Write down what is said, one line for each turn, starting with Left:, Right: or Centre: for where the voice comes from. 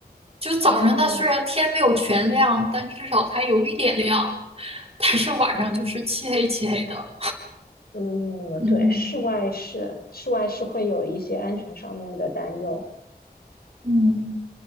Right: 就早上它虽然天没有全亮，
Left: 哦，
Right: 但至少它有一点亮，但是晚上就是漆黑漆黑的。
Left: 嗯，
Right: 嗯
Left: 对，室外是室外是会有一些安全上面的担忧。
Right: 嗯，